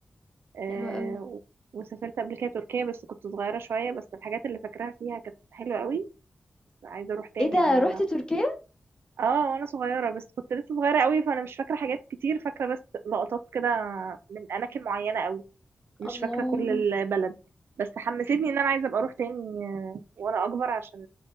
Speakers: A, on the right (about 80°); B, on the left (about 20°).
A: آه،
B: حلوة قوي
A: و- وسافرت قبل كده تركيا بس كنت صغيره شويه بس الحاجات اللي فاكراها فيها كانت حلوه قوي بس عايزه اروح تاني
B: ايه ده
A: اه,
B: روحتي تركيا؟
A: آه وانا صغيره بس كنت لسه صغيره قوي فانا مش فاكره حاجات كتير فاكره بس لقطات كده من اماكن معينه قوي مش
B: الله
A: فاكرة كل البلد بس حمستني ان انا عايزة ابقى اروح تاني آه، وانا اكبر عشان